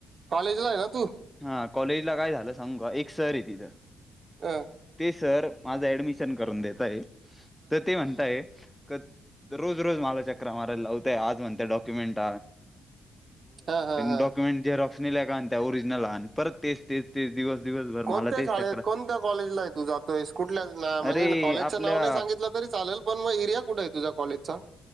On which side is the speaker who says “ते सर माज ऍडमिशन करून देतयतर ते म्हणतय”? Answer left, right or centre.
Centre